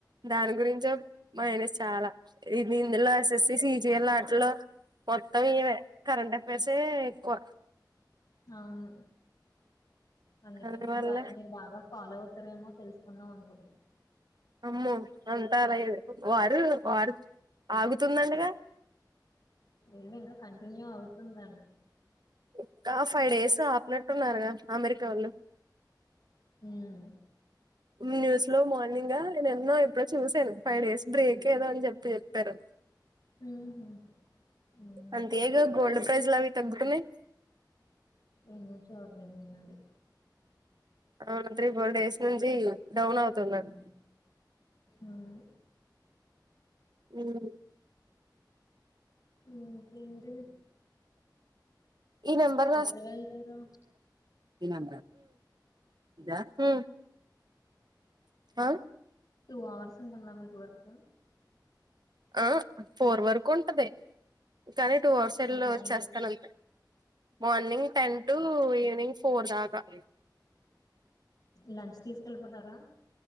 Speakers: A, on the right (about 65°); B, on the left (about 50°).
A: దాని గురించో మైనస్ చాలా ఇది ఇందులో ఎస్ ఎస్ సి సిజిల ఆటలో మొత్తం ఇవ కరెంట్ అఫైర్సే ఎక్కువ
B: అవును అందుకే
A: అందువల్ల
B: మీకు బా మీరు బాగా ఫాలో అవుతారేమో తెలుసుకుందాం అనుకున్నా
A: అమ్మో అంతార వారు వారు ఆగుతుందంటగా
B: ఏది ఇంకా కంటిన్యూ అవు తుందని
A: ఇ ఫైవ్ డేస్ ఆపనట్టున్నారుగా అమెరికా వాళ్ళు
B: ఉమ్
A: న్యూస్ లో మార్నింగ్ నేను ఎన్నో ఎప్పుడో చూసాను ఫైవ్ డేస్ బ్రేక్ ఏదో అని చెప్పి చెప్పారు
B: ఉహు ఉమ్
A: అంత ఏదొ గోల్డ్ ప్రైజ లావి తగ్గుతున్నాయ్
B: ఏను చూడలే నెనది
A: అవును త్రి ఫోర్ డేస్ నుంచి డౌన్ అవుతుందండి
B: ఉమ్. అవును
A: ఉం
B: ఉం ఏంటి
A: ఈ నెంబర్
B: ఎప్పుడు వెళ్తారు
A: ఉం ఇదా ఉం ఆ
B: టూ అవర్స్ ఉంటందా మీకు వర్క్
A: ఆ ఫోర్ వరకు ఉంటది కానీ టూ అవర్స్ ఎల్లోచ్చేస్తాను
B: మార్నింగ్
A: అంతే morning ten to evening four దా గ
B: లంచ్ తీసుకెళ్ళిపోతారా